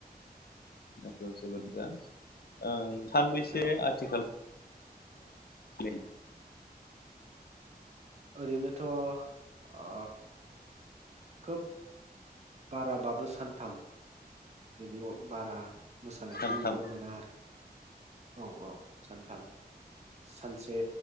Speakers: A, on the left; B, on the right.
A: नोंगौ जोबोद मोजां ओं सानबैसे
B: औ
A: आथिखाल हेल'
B: ओरैनोथ अ खोब बारा बाबो स सानथाम <unintelligible> बारा मोसानायखौ
A: सानथाम
B: नुनो मोना आरो औ औ सानथाम सानसे